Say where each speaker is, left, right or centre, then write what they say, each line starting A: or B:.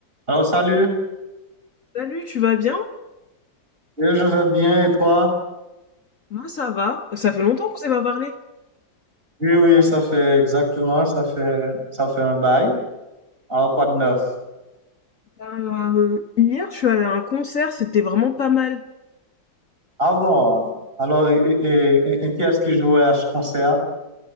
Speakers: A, on the right; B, on the left.
A: Alors, salut.
B: Salut, tu vas bien?
A: Oui, je vais bien et toi?
B: Moi ça va. Ça fait longtemps qu'on s'est pas parlé.
A: Oui, oui, ça fait exactement, ça fait, ça fait un bail. Alors, quoi de neuf?
B: Ben, Euh, hier, je suis allée à un concert, c'était vraiment pas mal.
A: Ah bon? Alors, et, et, et- et qui est-ce qui jouait à ce concert?